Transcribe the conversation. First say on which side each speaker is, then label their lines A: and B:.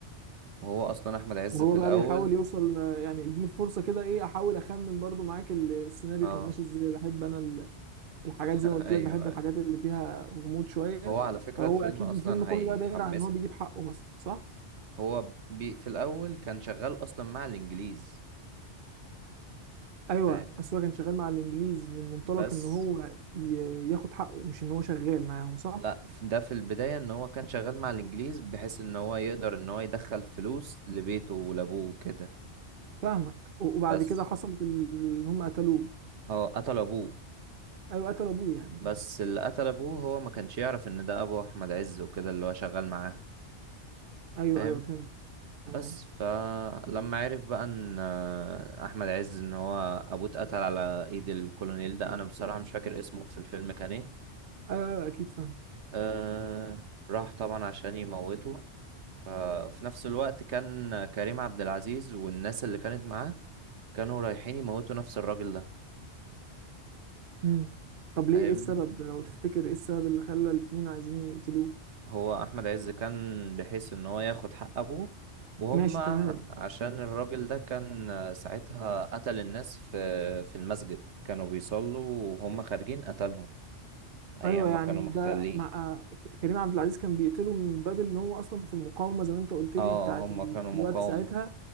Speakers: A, on the right; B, on the right.
A: وهو أصلا أحمد عز
B: هو
A: في الأول
B: بقى بيحاول يوصل آه، يعني اديني فرصة كده ايه احاول اخمن برضو معاك ال- السيناريو
A: اه
B: كان ماشي ازاي بحب انا ال- الحاجات
A: <laughs>
B: زي ما قلت
A: أيوه
B: لك بحب الحاجات
A: أيوة.
B: اللي فيها غموض شوية
A: هو على فكرة
B: فهو
A: الفيلم
B: اكيد
A: أصلا
B: الفيلم كله
A: هيحمسك
B: بقى داير عن ان هو بيجيب حقه مثلا صح؟
A: هو بي في الأول كان شغال أصلا مع الإنجليز
B: ايوه
A: فاهم؟
B: بس هو كان شغال مع الانجليز من منطلق
A: بس
B: ان هو ي- ياخد حقه مش ان هو شغال معاهم صح؟
A: لا ف- ده في البداية إن هو كان شغال مع الإنجليز بحيث إن هو يقدر إن هو يدخل فلوس لبيته ولأبوه كده
B: فاهمك و- وبعد
A: بس
B: كده حصل ال- ان هم قتلوه
A: هو قتل أبوه
B: ايوه قتلوا ابوه يعني
A: بس
B: اه
A: اللي قتل ابوه هو ما كانش يعرف ان ده ابو احمد عز وكده اللي هو شغال معاه
B: ايوه
A: فاهم
B: ايوه فهمت تمام
A: بس فلما عرف بقى ان آه، احمد عز ان هو ابوه اتقتل على ايد الكولونيل ده انا بصراحة مش فاكر اسمه في الفيلم كان ايه
B: ايوه أيوة، اكيد فاهم
A: أه راح طبعا عشان يموته ففي نفس الوقت كان كريم عبد العزيز والناس اللي كانت معاه كانوا رايحين يموتوا نفس الراجل ده
B: مم. طب ليه
A: فاهمني
B: ايه السبب لو تفتكر ايه السبب اللي خلى الاتنين عايزين يقتلوه
A: هو احمد عز كان بحيث ان هو ياخد حق ابوه وهم
B: ماشي تمام
A: عشان الراجل ده كان ساعتها قتل الناس في في المسجد كانوا بيصلوا وهم خارجين قتلهم ايام
B: ايوه يعني
A: ما كانوا محتلين
B: ده مع آه، كريم عبد العزيز كان بيقتله من باب ان هو اصلا في المقاومه زي ما انت قلت
A: اه
B: لي بتاعت
A: هم
B: ال...
A: كانوا
B: في
A: مقاومة
B: الوقت ساعتها